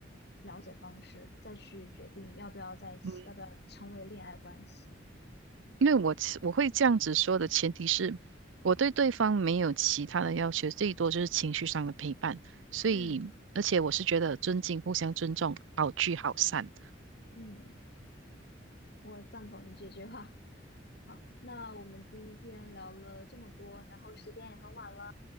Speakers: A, on the left; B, on the right.
A: 了解方式，再去决定要不要在一起，
B: 嗯，
A: 要不要成为恋爱关系。
B: 因为我其我会这样子说的前提是，我对对方没有其他的要求，最多就是情绪上的陪伴。所以，
A: 嗯
B: 而且我是觉得尊敬、互相尊重，好聚好散。
A: 嗯，我赞同你这句话。好，那我们今天聊了这么多，然后时间也很晚了，